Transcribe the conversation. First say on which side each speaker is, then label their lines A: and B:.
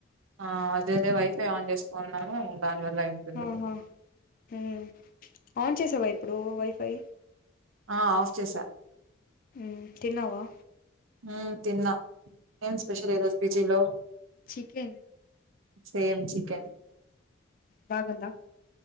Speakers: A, on the right; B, on the left.
A: ఆ అదే అదే వైఫై ఆన్ చేసుకున్నాను దానివల్ల అయివుంటుంది.
B: ఆహా హ్మ్ ఆన్ చేసావా ఇప్పుడు వైఫై
A: ఆ ఆఫ్ చేసా
B: ఉ తిన్నావా
A: హు తిన్నా ఏం స్పెషల్ ఈ రోజు పిజీలో,
B: చికెన్
A: సేమ్ చికెన్
B: బాగుందా,